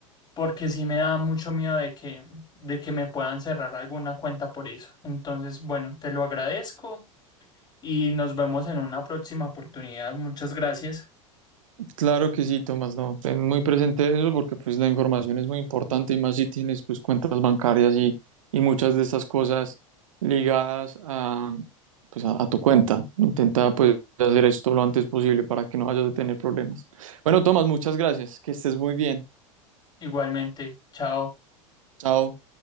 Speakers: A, on the left (about 25°); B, on the right (about 75°).
A: porque sí me da mucho miedo de que, de que me puedan cerrar alguna cuenta por eso. Entonces, bueno, te lo agradezco y nos vemos en una próxima oportunidad. Muchas gracias.
B: Claro que sí, Tomás, no, ten muy presente eso porque pues la información es muy importante y más si tienes pues cuentas bancarias y, y muchas de esas cosas ligadas a, pues, a, a tu cuenta. Intenta pues hacer esto lo antes posible para que no vayas a tener problemas. Bueno, Tomás, muchas gracias, que estés muy bien.
A: Igualmente, chao.
B: Chao.